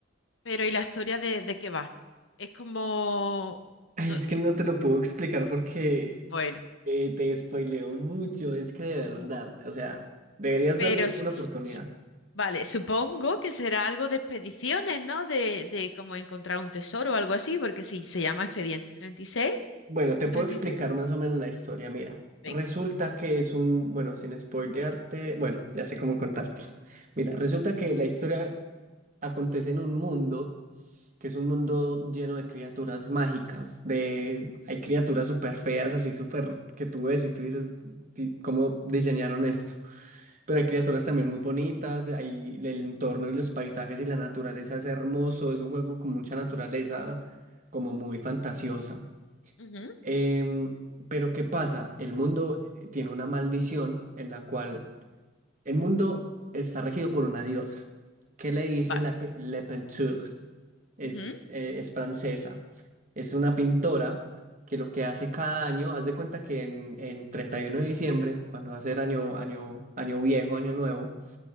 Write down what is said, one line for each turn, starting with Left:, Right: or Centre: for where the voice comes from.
Left: pero ¿y la historia de, de qué va? Es como...
Right: Ay,
Left: no,
Right: es que no te lo puedo explicar porque
Left: Bueno,
Right: eh, te spoileo mucho. Es que de
Left: bu-
Right: verdad, o sea, deberías
Left: pero
Right: darle
Left: s-
Right: una oportunidad.
Left: s- s- vale, supongo que será algo de expediciones, ¿no? De, de como encontrar un tesoro o algo así, porque si se llama Expediente 36
Right: Bueno, te
Left: o
Right: puedo
Left: treinta
Right: explicar
Left: y tres
Right: más o menos la historia. Mira,
Left: venga.
Right: resulta que es un, bueno, sin spoilearte, bueno, ya sé cómo contártela. Mira, resulta que la historia acontece en un mundo que es un mundo lleno de criaturas mágicas, de hay criaturas súper feas, así súper que tú ves y tú dices, "Di- ¿cómo diseñaron esto? Pero hay criaturas también muy bonitas, hay el entorno y los paisajes y la naturaleza es hermoso, es un juego con mucha naturaleza, como muy fantasiosa.
Left: Ujú,
Right: Em, pero ¿qué pasa? El mundo eh, tiene una maldición en la cual el mundo está regido por una diosa, que le dicen
Left: vale.
Right: la, Pe- Le Penteux. Es,
Left: ujú.
Right: eh, es francesa. Es una pintora que lo que hace cada año, haz de cuenta que en, en 31 de diciembre, cuando va a ser año, año, año viejo, año nuevo,